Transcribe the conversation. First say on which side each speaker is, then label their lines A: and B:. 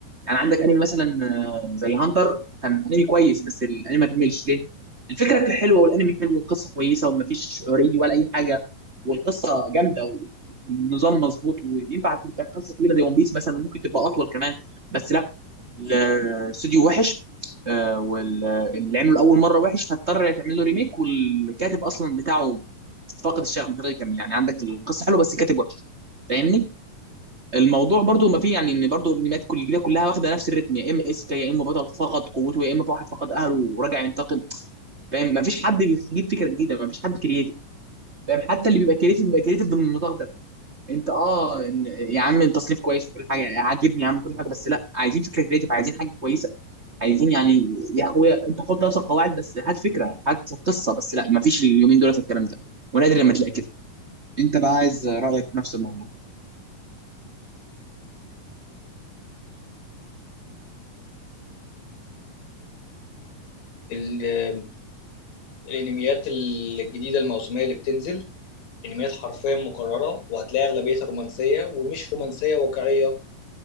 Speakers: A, on the right; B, on the left.
A: يعني عندك انمي مثلا آه، زي هانتر كان انمي كويس بس الانمي ما كملش ليه الفكره كانت حلوه والانمي حلو والقصه كويسه ومفيش شعوريه ولا اي حاجه والقصه جامده والنظام مظبوط وينفع تبقى قصه طويله زي ون بيس مثلا ممكن تبقى اطول كمان بس لا الاستوديو وحش آه، واللي عمله اول مره وحش فاضطر تعمل له ريميك والكاتب اصلا بتاعه فاقد الشغف مش راضي يكمل يعني عندك القصه حلوه بس الكاتب وحش فاهمني الموضوع برضو ما فيه يعني ان برضو الانميات كل الجديده كلها واخده نفس الريتم يا اما اس كي يا اما بطل فقد قوته يا اما واحد فقد اهله وراجع ينتقم فاهم ما فيش حد بيجيب فكره جديده ما فيش حد كرييتيف فاهم حتى اللي بيبقى كرييتيف بيبقى كرييتيف ضمن النطاق ده انت اه إن- يا عم التصنيف كويس وكل حاجه عاجبني يا عم كل حاجه بس لا عايزين فكره كرييتيف عايزين حاجه كويسه عايزين يعني يا اخويا انت حط نفس القواعد بس هات فكره هات قصه بس لا ما فيش اليومين دولت الكلام ده ونادر لما تلاقي كده انت بقى عايز رايك في نفس الموضوع
B: ال... الأنميات الجديدة الموسمية اللي بتنزل أنميات حرفيا مكررة وهتلاقي أغلبيتها رومانسية ومش رومانسية واقعية